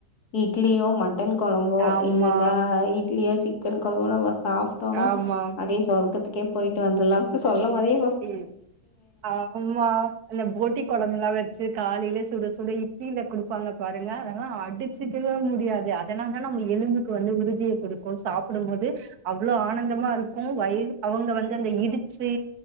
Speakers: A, on the left; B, on the right.
A: இட்லியோ மட் டன் கொழம்போ
B: ஆமா
A: இல்லன்னா இட்லியா சிக்கன் கொழம்போ நம்ம சாப் டோனா
B: ஆமா
A: அப்டியே சொர்க்கத்துக்கே போயிட்டு வந்துர்லா இப்ப சொல்லும்போதே
B: ம் ஆமா அந்த போட்டி கொழம்பெல்லா வச்சு காலையில சுட சுட இட்லியில குடுப்பாங்க பாருங்க அதெல்லா அடுச் சிக்கவே முடியாது அதனாலதா நம்ம எலும்புக்கு வந்து உறுதிய குடுக்கு சாப்பிடும்போது அவ்ளோ ஆனந்தமா இருக்கு வயல் அவங்க வந்து அந்த இடிச்சு